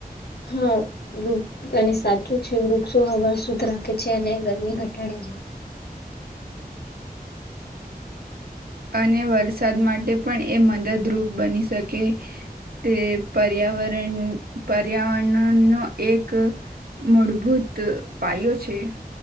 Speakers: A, on the left (about 85°); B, on the right (about 70°).
A: હા વૃ અને સાચું છે વૃક્ષો હવા શુદ્ધ રાખે છે અને ગરમી ઘટાડે છે.
B: અને વરસાદ માટે પણ એ મદદરૂપ બની શકે તે પર્યાવરણ પર્યાવરણનો એક મૂળભૂત પાયો છે.